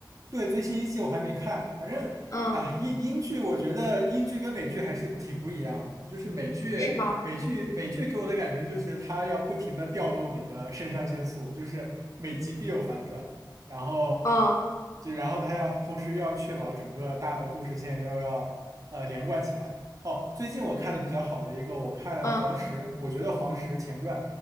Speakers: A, on the right; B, on the left.
A: 对，最新一季我还没看，反正啊，
B: 嗯，
A: 英英剧我觉得英剧跟美剧还是挺不一样的，就是美剧美剧美剧给我的感觉就是它要不停的调动你的肾上腺素，
B: 是吗？
A: 就是每集必有反转，然后
B: 嗯
A: 就然后它要同时要确保整个大的故事线要要呃连贯起来。哦，最近我看的比较好的一个，我看《黄石》，
B: 嗯，
A: 我觉得《黄石前传》